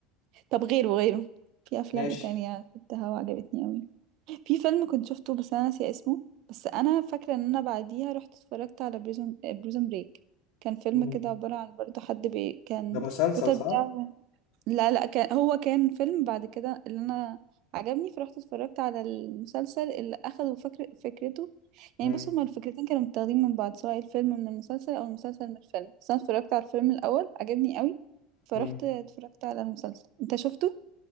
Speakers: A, on the right; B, on the left.
A: طب غيره غيره في افلام
B: ماشي
A: ايه تانية شفتها وعجبتني اوي في فيلم كنت شفته بس انا ناسية اسمه بس انا فاكرة ان انا بعديها رحت اتفرجت على بريزون بريزون بريك كان فيلم
B: مم.
A: كده عبارة عن برضه حد بي... كان
B: ده مسلسل
A: البطل بتاعه
B: صح؟
A: لا لا كان هو كان فيلم بعد كده اللي انا عجبني فرحت اتفرجت على المسلسل اللي اخدوا فكر فكرته يعني
B: مم.
A: بص هما الفكرتين كانوا متاخدين من بعض سواء الفيلم من المسلسل او المسلسل من الفيلم بس انا اتفرجت على الفيلم الاول عجبني قوي فرحت
B: مم.
A: اتفرجت على المسلسل انت شفته